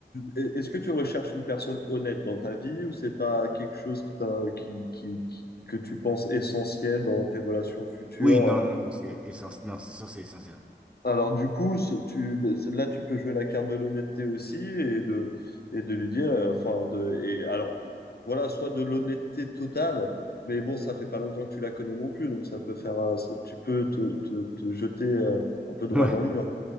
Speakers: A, on the left; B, in the centre.
A: est-ce que tu recherches une personne honnête dans ta vie ou c'est pas quelque chose qui t'a, qui, qui, qui- que tu penses essentiel dans tes relations futures?
B: Oui, non, non, non, c'est essentiel. Non, c'est sûr, c'est essentiel.
A: Alors du coup, ce- tu, là, tu peux jouer la carte de l'honnêteté aussi et de, et de lui dire, euh, enfin, de, et alors, voilà, soit de l'honnêteté totale, mais bon, ça fait pas longtemps que tu la connais non plus, donc ça peut faire, un- tu peux te, te, te jeter euh, un peu droit
B: Ouais.
A: dans le mur.